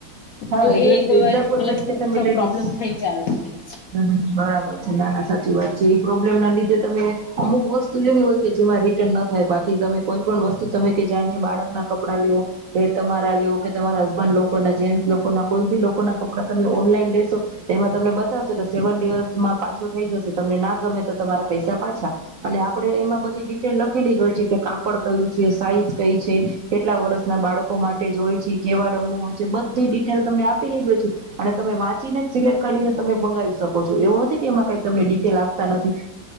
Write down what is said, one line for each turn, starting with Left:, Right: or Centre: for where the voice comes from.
Right: હા
Left: તો
Right: જો
Left: એ કોઈ
Right: એઝામ્પલ
Left: વાર મતલબ
Right: તરીકે તમે <unintelligible>
Left: પ્રોબ્લેમ થઈ જાય છે
Right: બરાબર નાના સાચી વાત છે, એ પ્રોબ્લેમ ના લીધે તમે અમુક વસ્તુ એવી હોય કે જેમાં રિટર્ન ના થાય બાકી તમે કોઈ પણ વસ્તુ તમે કે જાણ કે બાળક ના કપડાં <unintelligible> કે તમારા <unintelligible> કે તમારા હસબન્ડ લોકો ના જે લોકો ના કોઈ બી લોકો ના કપડા તમે ઓનલાઈન લેશો તેમાં તમને બતાવશો કે સેવન ડેઝમાં પાછું થઈ જશે તમને ના ગમે તમારા પૈસા
Left: હમ
Right: પાછા અને આપડણે એમાં બધી ડિટેલ લખેલી જોય છે, કે કાપડ કયું છે, સાઈઝ કઈ છે, કેટલા વર્ષના બાળકો માટે જો હોય છે, કેવા રંગનું હોય છે, બ બધી ડિટેલ તમને આપેલી જ હોય છે, અને તમે વાંચીને જ સિલેક્ટ કરીને તમે મંગાવી શકો છો એવું નથી કે એમાં કઈ તમને ડિટેલ આપતા નથી